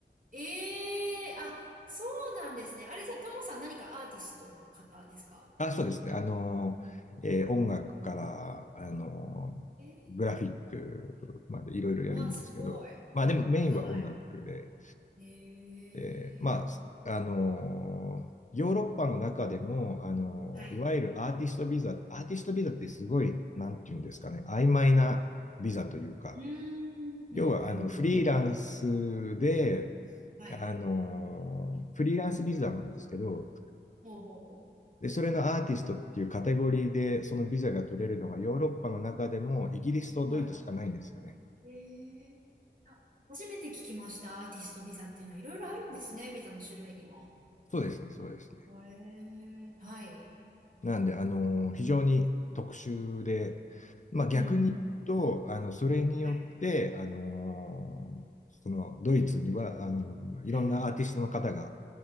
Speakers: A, on the right; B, on the left.
A: ええー、あ、そうなんですね。あれじゃあ、ともさん何かアーティストの方ですか
B: あ、そうですね。あの、えー音楽から、あの、
A: ええ
B: グラフィックまでいろいろやるんですけど、
A: ー、わあ、すごい。
B: まあでもメインは音楽で、
A: はい。ええー、
B: で、まあ、あの、ヨーロッパの中でも、あの、
A: はい。
B: いわゆるアーティストビザ、アーティストビザってすごい、なんていうんですかね、
A: うん。
B: 曖昧なビザというか、
A: うーん、うん、
B: 要は、
A: うん、
B: あの、フリーランスで、
A: うん。はい。
B: あの、フリーランスビザなんですけど、
A: ほうほうほ
B: で、それのアーティストっていうカテゴリーで、そのビザが取れるのはヨーロッパの中でもイギリスとドイツしかないんですよね。
A: う。はい。ええあ、初めて聞きました。アーティストビザっていうのはいろいろあるんですね。ビザの種類にも。
B: そうですね、そうですね。
A: ええはい。
B: なんで、あの、非常に特殊で、まあ逆に言うと、
A: うん。
B: あの、それによって、
A: はい。
B: あの、そのドイツには、あの、いろんなアーティストの方が
A: はい。